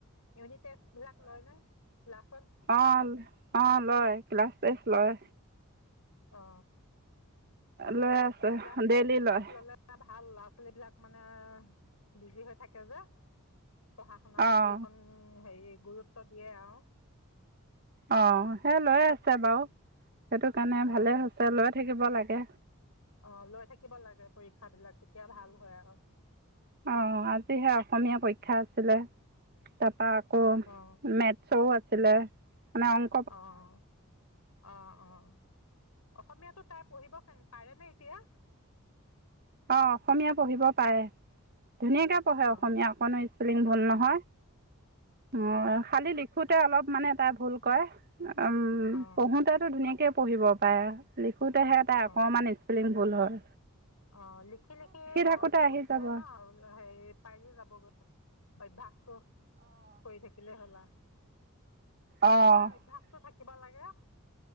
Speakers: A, on the left (about 85°); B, on the right (about 45°).
A: ইউনিট টেষ্ট বিলাক লয় নে ক্লাছত?
B: অঁ অঁ লয় ক্লাছ টেষ্ট লয়।
A: অঁ।
B: লৈ
A: ক্লাছ টেষ্ট
B: ডেইলি
A: বিলাক
B: লয়
A: ললে ভাল ল'ৰা ছোৱালী বিলাক মানে বিজি হৈ থাকে যে। পঢ়া শুনাৰ
B: অঁ
A: প্ৰতি অকণ হেৰি গুৰুত্ব দিয়ে আও।
B: অঁ সেই লৈ আছে বাৰু, সেইটো কাৰণে
A: অ
B: ভালে হৈছে লৈ থাকিব লাগে।
A: অঁ, লৈ থাকিব লাগে পৰীক্ষা বিলাক তেতিয়া ভাল হয় আও।
B: অঁ আজি হে অসমীয়া পৰীক্ষা আছিলে, তাৰপা আকৌ
A: অ
B: মেথ চৰো, আছিলে মানে অং
A: অঁ, অঁ অঁ। অসমীয়াতো তাই পঢ়িব কে পাৰে নে এতিয়া?
B: অঁ অসমীয়া পঢ়িব পাৰে, ধুনীয়াকে পঢ়ে অসমীয়া
A: অ
B: অকণ স্পেলিং ভুল নহয়, অ খালি লিখোতে অলপ মানে তাই ভুল কয়। উম
A: অ
B: পঢ়োঁতেতো ধুনীয়াকেই পঢ়িব পাৰে। লিখোঁতেহে তাই
A: অ
B: অকণমান স্পেলিং ভুল হয়।
A: অ লিখি লিখি ঘৰতে
B: থাকোঁতে আহি
A: থাকিলে
B: যাব
A: ন হেৰি পাৰি যাবগৈ। অভ্যাসটো কৰি থাকি কিলে হল আ,
B: অঁ অঁ
A: লিখাৰ অভ্যাসটো থাকিব লাগে।